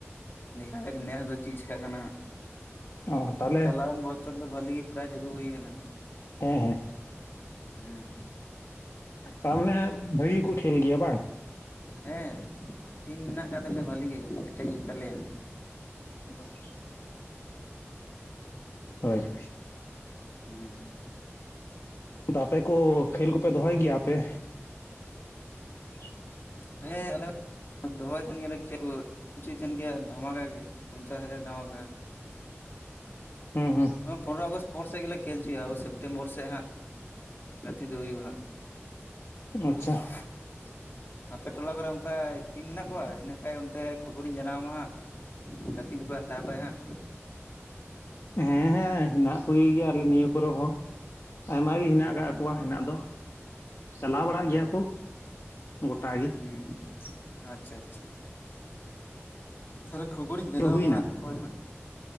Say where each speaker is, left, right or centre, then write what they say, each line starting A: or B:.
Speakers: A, on the left; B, on the left.
A: ᱫᱮᱠᱷᱟ ᱦᱟᱠ ᱱᱮᱥ ᱫᱚ ᱪᱮᱫ ᱪᱮᱠᱟᱜ ᱠᱟᱱᱟ ᱦᱟᱸᱜ
B: ᱚ ᱛᱟᱦᱚᱞᱮ
A: ᱪᱟᱞᱟᱣᱮᱱ ᱵᱚ ᱪᱷᱚᱨ ᱫᱚ ᱵᱷᱟᱞᱤ ᱜᱮ ᱯᱨᱟᱡᱽ ᱟᱹᱜᱩ ᱦᱩᱭ ᱟᱠᱟᱱᱟ᱾
B: ᱦᱮᱸ ᱦᱮᱸ᱾
A: ᱦᱩᱸ᱾
B: ᱛᱟᱨ ᱢᱟᱱᱮ ᱵᱷᱟᱹᱜᱤ ᱜᱮᱠᱚ ᱠᱷᱮᱞ ᱜᱮᱭᱟ ᱵᱟᱝ?
A: ᱦᱮᱸ ᱴᱤᱢ ᱢᱮᱱᱟᱜ ᱠᱟᱜ ᱛᱟᱞᱮᱭᱟ ᱵᱷᱟᱹᱞᱤ ᱜᱮ ᱠᱮᱴᱮᱡ ᱜᱮ ᱛᱟᱞᱮᱭᱟ᱾
B: ᱚ ᱦᱳᱭ
A: ᱦᱮᱸ᱾
B: ᱟᱫᱚ ᱟᱯᱮ ᱠᱚ ᱠᱷᱮᱞ ᱠᱚᱯᱮ ᱫᱚᱦᱚᱭ ᱜᱮᱭᱟ ᱟᱯᱮ? <unintelligible>
A: ᱦᱮᱸ ᱟᱞᱮ ᱦᱚᱸ ᱫᱚᱦᱚᱭ ᱛᱟᱸᱦᱮᱱ ᱜᱮᱭᱟᱞᱮ ᱠᱷᱮᱞ <unintelligible> ᱫᱷᱟᱢᱟᱠᱟ ᱜᱮ ᱯᱚᱧᱪᱟᱥ ᱦᱟᱡᱟᱨ ᱫᱷᱟᱢᱟᱠᱟ᱾
B: ᱦᱩᱸ ᱦᱩᱸ
A: ᱯᱚᱱᱨᱚᱭ ᱟᱜᱚᱥᱴ ᱯᱚᱨ ᱥᱮᱫ ᱜᱮᱞᱮ ᱠᱷᱮᱞ ᱪᱚᱭᱟ ᱳᱭ ᱥᱮᱯᱴᱮᱢᱵᱚᱨ ᱥᱮᱫ ᱦᱟᱸᱜ᱾ ᱜᱟᱛᱤ ᱫᱚ ᱦᱩᱭᱩᱜᱼᱟ ᱦᱟᱸᱜ᱾ <unintelligible>
B: ᱟᱪᱪᱷᱟ
A: ᱟᱯᱮ ᱴᱚᱞᱟ ᱠᱚᱨᱮ ᱚᱱᱠᱟ ᱴᱤᱢ ᱢᱮᱱᱟᱜ ᱠᱚᱣᱟ ᱤᱱᱟᱹᱠᱷᱟᱡ ᱚᱱᱛᱮ ᱠᱷᱚᱵᱚᱨᱤᱧ ᱡᱟᱱᱟᱣ ᱟᱢᱟ ᱦᱟᱸᱜ᱾ ᱜᱟᱛᱮ ᱠᱚᱠᱚ ᱦᱟᱛᱟᱣ ᱠᱟᱜ ᱦᱟᱸᱜ᱾
B: ᱦᱮᱸ ᱦᱮᱸ ᱦᱮᱱᱟᱜ ᱠᱚ ᱜᱮᱭᱟ ᱟᱞᱮ ᱱᱤᱭᱟᱹ ᱠᱚᱨᱮ ᱦᱚᱸ᱾ ᱟᱭᱢᱟ ᱜᱮ ᱦᱤᱱᱟᱜ
A: ᱦᱩᱸ
B: ᱠᱟᱜ ᱠᱚᱣᱟ ᱦᱮᱱᱟᱜ ᱫᱚ᱾ ᱪᱟᱞᱟᱣ ᱵᱟᱲᱟᱜ ᱜᱤᱭᱟ
A: ᱚ
B: ᱠᱩ ᱜᱩᱴᱟ ᱜᱮ᱾
A: ᱦᱩᱸ ᱟᱪᱪᱷᱟ ᱟᱪᱪᱷᱟ ᱛᱟᱦᱚᱞᱮ ᱠᱷᱚᱵᱚᱨᱤᱧ ᱡᱮᱱᱟᱣ
B: ᱛᱚ ᱦᱩᱭᱱᱟ
A: ᱦᱟᱸᱜ ᱛᱚᱠᱷᱚᱱ ᱦᱟᱸᱜ।